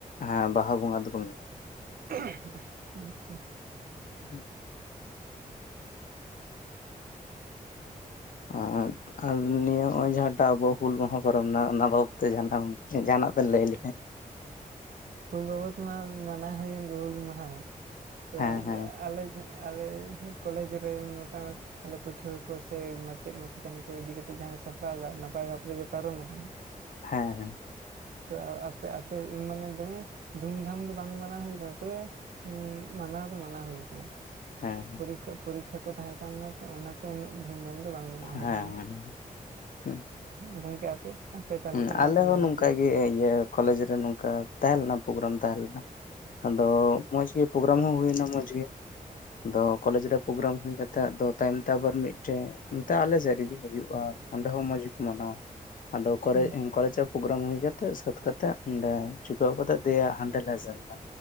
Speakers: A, on the left; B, on the right.
A: ᱦᱮᱸ ᱵᱟᱦᱟ ᱵᱚᱸᱜᱟ ᱫᱚᱠᱚ ᱢᱟᱱᱟᱣᱟ
B: <inaudible> ᱟᱪᱪᱷᱟ
A: ᱦᱩᱸ ᱟᱨ ᱟᱨ ᱱᱤᱭᱟᱹ ᱱᱚᱜᱼᱚᱭ ᱡᱟᱦᱟᱸᱴᱟᱜ ᱟᱵᱚ ᱦᱩᱞ ᱢᱟᱦᱟ ᱯᱚᱨᱚᱢ ᱮᱱᱟ ᱚᱱᱟ ᱵᱟᱵᱚᱫ ᱛᱮ ᱡᱟᱦᱟᱸ ᱡᱟᱦᱟᱱᱟᱜ ᱵᱤᱱ ᱞᱟᱹᱭ ᱞᱮᱠᱷᱟᱡ
B: ᱦᱩᱞ ᱵᱟᱵᱚᱫ ᱢᱟ ᱢᱟᱱᱟᱣ ᱦᱩᱭᱮᱱ ᱜᱮ ᱦᱩᱞ ᱢᱟᱦᱟ ᱢᱟ ᱛᱚ
A: ᱦᱮᱸ ᱦᱮᱸ
B: ᱟᱞᱮᱡ ᱟᱞᱮ ᱠᱚᱞᱮᱡᱽ ᱨᱮ ᱢᱚᱴᱟ ᱟᱞᱮ ᱯᱟᱹᱴᱷᱩᱣᱟᱹ ᱠᱚ ᱥᱮ ᱢᱟᱪᱮᱛ ᱢᱟᱪᱮᱛᱟᱹᱱᱤ ᱠᱚ ᱤᱫᱤ ᱠᱟᱛᱮ ᱡᱟᱦᱟᱸ ᱞᱮ ᱥᱟᱯᱲᱟᱣ ᱮᱫᱟ ᱱᱟᱯᱟᱭ ᱵᱷᱟᱵᱽ ᱛᱮᱜᱮ ᱯᱟᱨᱚᱢ ᱟᱠᱟᱱᱟ
A: ᱦᱮᱸᱻᱦᱮᱸᱻ
B: ᱛᱚ ᱟᱯᱮ ᱟᱯᱮ ᱢᱟᱱᱮ ᱫᱚᱢᱮ ᱫᱷᱩᱢᱼᱫᱷᱟᱢ ᱫᱚ ᱵᱟᱝ ᱢᱟᱱᱟᱣ ᱦᱩᱭ ᱟᱠᱟᱱᱟ ᱛᱚᱵᱮ ᱩᱸ ᱢᱟᱱᱟᱣ ᱫᱚ ᱢᱟᱱᱟᱣ ᱦᱩᱭ ᱟᱠᱟᱱᱟ
A: ᱦᱮᱸ
B: ᱠᱷᱟᱜ ᱯᱟᱨᱤᱠᱠᱷᱟ ᱠᱚ ᱛᱟᱦᱮᱸ ᱠᱟᱱᱟ ᱛᱚ ᱚᱱᱟ ᱛᱚ ᱩᱱᱟᱹᱜ ᱫᱷᱩᱢᱼᱫᱷᱟᱢ ᱫᱚ ᱵᱟᱝ ᱢᱟᱱᱟᱣ
A: ᱦᱮᱸ
B: ᱦᱩᱭ ᱟᱠᱟᱱᱟ
A: ᱦᱮᱸ
B: ᱜᱚᱢᱠᱮ ᱟᱯᱮ ᱟᱯᱮ ᱛᱟᱦᱚᱞᱮ
A: ᱦᱮᱸ
B: ᱪᱮᱫ ᱞᱮᱠᱟ
A: ᱟᱞᱮ
B: ᱯᱮ
A: ᱦᱚᱸ
B: ᱢᱟᱱᱟᱣ
A: ᱱᱚᱝᱠᱟ
B: ᱠᱮᱫᱟ
A: ᱜᱮ ᱤᱭᱟᱹ ᱠᱚᱞᱮᱡᱽ ᱨᱮ ᱱᱚᱝᱠᱟ ᱛᱟᱦᱮᱸ ᱞᱮᱱᱟ ᱯᱨᱳᱜᱨᱟᱢ ᱛᱟᱦᱮᱸ ᱞᱮᱱᱟ ᱟᱫᱚ ᱢᱚᱸᱡᱽ ᱜᱮ ᱯᱨᱳᱜᱨᱟᱢ ᱦᱚᱸ ᱦᱩᱭᱮᱱᱟ ᱢᱚᱸᱡᱽ ᱜᱮ ᱟᱫᱚ ᱠᱚᱞᱮᱡᱽ ᱨᱮ ᱯᱨᱳᱜᱨᱟᱢ ᱦᱩᱭ ᱠᱟᱛᱮ ᱟᱫᱚ ᱛᱟᱭᱚᱢ ᱛᱮ ᱟᱵᱟᱨ ᱢᱤᱫᱴᱮᱡ ᱟᱞᱮ ᱥᱮᱫ ᱨᱮᱜᱮ ᱦᱩᱭᱩᱜᱼᱟ ᱚᱸᱰᱮ ᱦᱚᱸ ᱢᱚᱸᱡᱽ ᱜᱮᱠᱚ ᱢᱟᱱᱟᱣᱟ ᱟᱫᱚ ᱠᱚᱨᱮ
B: ᱦᱩᱸ
A: ᱠᱚᱞᱮᱡᱟᱜ ᱯᱨᱳᱜᱨᱟᱢ ᱦᱩᱭ ᱠᱟᱛᱮᱜ ᱥᱟᱹᱛ ᱠᱟᱛᱮᱫ ᱚᱸᱰᱮ ᱪᱩᱠᱟᱹᱣ ᱠᱟᱛᱮ ᱫᱮᱭᱟ ᱦᱟᱸᱰᱮ ᱞᱮ ᱥᱮᱱ ᱮᱱᱟ